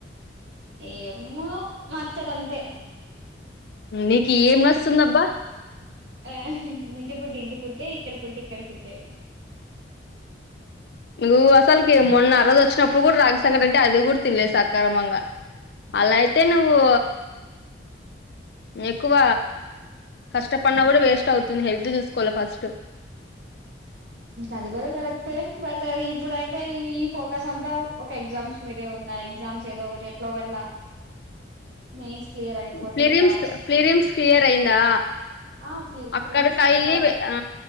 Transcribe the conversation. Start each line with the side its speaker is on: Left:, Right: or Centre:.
Right: ఏమో మార్చ్చదంతే
Left: నీకు ఏం నస్తుందబ్బా
Right: ఆ ఇంటి ఫుడ్ ఇంటి ఫుడ్ ఇక్కడ ఫుడ్ ఇక్కడ ఫుడ్డే
Left: నువ్వు అసలుకి మొన్నన్న రోజు వచ్చినప్పుడు కూడా రాగిశకట అంటే అది కూడా తినలేదు సక్రమంగా అలా అయితే నువ్వు ఎక్కువ కష్టపడిన కూడా వేస్ట్ అవుతుంది హెల్త్ చూసుకోవాలి ఫస్ట్
Right: అది కూడార కరక్తే బట్ అది ఇప్పుడైతే ఇ ఈ ఫోకస్ అంతా ఒక ఎగ్జామ్స్ మీదే ఉన్నాయి ఎగ్జామ్స్ ఏదో ఒకటి ఎట్ల ఒకట్లా మెయిన్స్
Left: ఫ్లిరిమ్స్
Right: జాబ్ వస్తే
Left: ఫ్లిరిమ్స్ క్లియర్ అయిందా
Right: ఆ ప్లి
Left: అక్కడకయిళ్ళి
Right: ప్రిలిమ్స్ క్లియర్ అవుతా
Left: ఆ